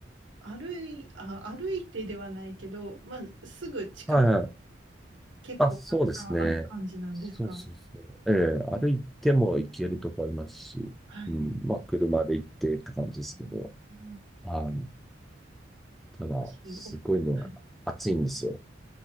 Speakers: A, on the right; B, in the centre.
A: 歩い、あ、歩いてではないけど、まあ、すぐ近く
B: はいはい。
A: 結構たくさんある感じなんですか
B: あ、そうですね。そうそうそう。ええ歩いても行けるとこありますし、
A: うんはい。
B: うん、まあ、車で行ってって感じですけど、
A: あーも
B: あの、ただ、
A: し、
B: すごいのが暑いんですよ。
A: お、はい。